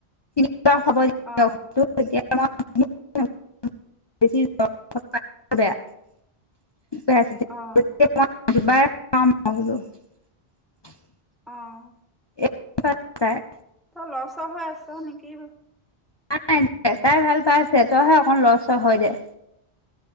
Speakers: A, on the left (about 40°); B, in the centre.
A: হব
B: অ
A: এতিয়া <unintelligible> <unintelligible> <unintelligible> ম
B: অ
A: হ <unintelligible>
B: অঁ
A: প <unintelligible>
B: লৰ-চৰ হৈ আছ নেকি?
A: নাই-নাই দে তাই ভাল পাইছে তইহে অকণ লৰ হয় দে।